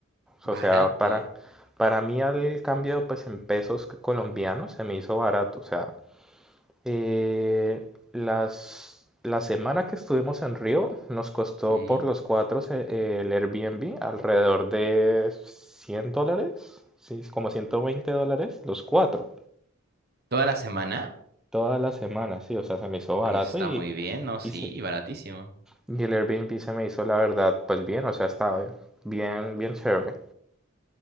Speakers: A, on the right (about 50°); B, in the centre.
A: Barato.
B: O sea, para, para mí al cambio pues en pesos colombianos se me hizo barato. O sea, eh, las, la semana que estuvimos en Río nos costó
A: ¿Sí?
B: por los cuatro se- el Airbnb alrededor de 100 dólares, sí, como 120 dólares los cuatro.
A: ¿Toda la semana?
B: Toda la semana, sí, o sea, se me hizo barato
A: Oye, está
B: y,
A: muy bien, ¿no? Sí,
B: y, se-
A: y baratísimo.
B: y el Airbnb se me hizo, la verdad, pues bien, o sea, estaba bien, bien chévere.